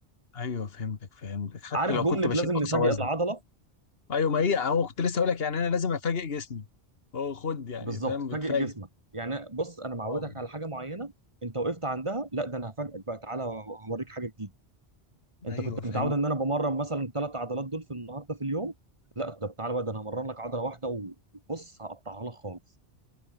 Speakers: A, on the left (about 65°); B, on the right (about 30°).
A: ايوه فهمتك فهمتك حتى
B: عارف
A: لو
B: جمله
A: كنت بشيل
B: لازم
A: اقصى
B: نفاجئ
A: وزن
B: العضله
A: ايوه ما هي اهو كنت لسه اقول لك يعني انا لازم افاجئ جسمي هو خد يعني
B: بالظبط
A: فاهم
B: فاجئ
A: بتفاجئ
B: جسمك يعني بص انا معودك
A: واو
B: على حاجه معينه انت وقفت عندها لا ده انا هفاجئك بقى تعالى هوريك حاجه جديده انت
A: ايوه
B: كنت
A: فهمت
B: متعود ان انا بمرن مثلا ثلاث عضلات دول في النهارده في اليوم لا ده تعالى بقى ده انا همرن لك عضله واحده وبص هقطعها لك خالص